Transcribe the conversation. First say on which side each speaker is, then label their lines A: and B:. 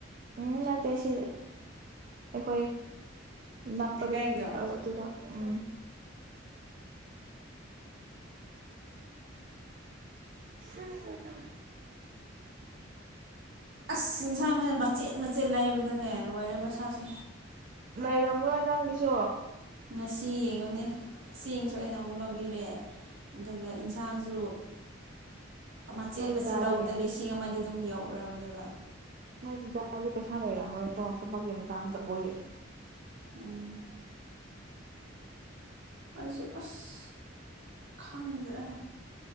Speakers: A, on the right (about 45°); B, on the right (about 75°).
A: ꯎꯝ ꯅ ꯇꯁꯤ ꯑꯩꯈꯣꯏꯣꯏ ꯅꯛꯄꯗ
B: ꯂꯩꯀꯥꯏꯒꯤꯗꯣ
A: ꯑꯗꯨꯗ ꯎꯝ ꯍꯝ
B: ꯑꯁ ꯌꯦꯟꯁꯥꯡꯅ ꯃꯆꯦꯠ ꯃꯆꯦꯠ ꯂꯩꯕꯗꯅꯦ ꯋꯥꯔꯤꯔꯦꯕꯁ ꯍꯧꯖꯤ
A: ꯂꯩꯔꯝ꯭ꯔꯣꯏ ꯅꯪꯒꯤꯁꯨ
B: ꯉ ꯌꯦꯡꯉꯣꯅꯦ ꯆꯦꯡꯁꯨ ꯑꯩꯅ ꯑꯃꯨꯛ ꯂꯧꯕꯤꯔꯛꯑꯦ ꯑꯗꯨꯒ ꯊꯥꯖꯣ ꯃꯆꯦ
A: ꯅꯣꯏ
B: ꯃꯆ
A: ꯗꯗꯥꯗꯤ
B: ꯂꯕ ꯂꯤ ꯁꯤ ꯃ ꯑꯗꯨꯝ ꯌꯥꯎꯔꯕꯅꯦꯕ
A: ꯅꯪ ꯗꯗꯤ ꯄꯩꯁꯥ ꯂꯩꯔꯝꯃꯔꯦ ꯇꯣ ꯊꯕꯛꯀꯤ ꯃꯇꯥꯡ ꯆꯒ ꯌꯥ
B: ꯎꯝ ꯑꯗꯨ ꯑꯁ ꯈꯪꯗꯦ